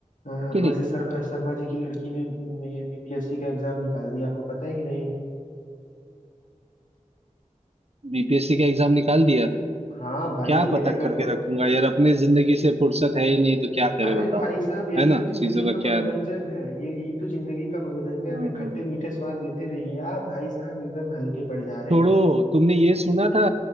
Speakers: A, on the left; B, on the right.
A: हाँ
B: कि नहीं
A: वैसे सर शर्मा जी की लड़की ने ये बीपीएससी का एग्जाम निकाल दिया आपको पता है कि नहीं
B: बीपीएससी का एग्जाम निकाल दिया
A: हाँ भाई
B: क्या
A: मेरे
B: पता
A: घर
B: करके
A: तो
B: रखूंगा यार अपने जिंदगी से फुर्सत है ही नहीं तो क्या करे
A: अरे
B: बताओ
A: भाई साहब यही
B: है ना
A: तो जिंदगी
B: चीजों
A: का
B: का
A: मनोरंजन
B: क्या
A: है ये यही तो जिंदगी का मनोरंजन
B: हम्म
A: है खट्टे मीठे स्वाद लेते रहिए आप भाई साहब एकदम हल्के पड़ जा रहे
B: छोड़ो तुमने ये सुना था